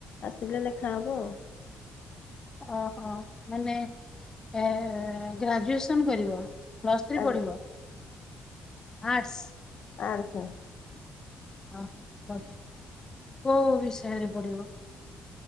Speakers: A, on the left; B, on the left.
A: ଆସିଲେ ଲେଖାହବ ଆଉ।
B: ଓହୋ ମାନେ ହେ ହେ ଗ୍ରାଜୁଏସନ୍ କରିବ? ପ୍ଲସ୍ ଥ୍ରୀ
A: ଆଉ
B: ପଢ଼ିବ
A: ଆଜ୍ଞା
B: ଆର୍ଟସ୍?
A: ଆର୍ଟସ୍
B: ଓହୋ ବଢିଆ କୋଉ ବିଷୟରେ ବଢିବ?